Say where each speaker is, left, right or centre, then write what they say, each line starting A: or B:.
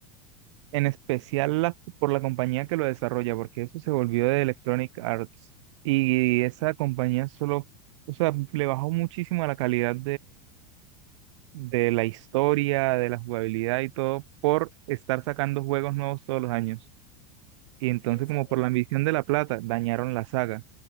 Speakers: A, on the right; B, on the left.
A: en especial la- por la compañía que lo desarrolla, porque eso se volvió de Electronic Arts y
B: Mm,
A: esa compañía solo, o sea, le bajó muchísimo a la calidad de la historia, de la jugabilidad y todo, por estar sacando juegos nuevos todos los años. Y entonces,
B: En serio.
A: como por la ambición de la plata, dañaron la saga.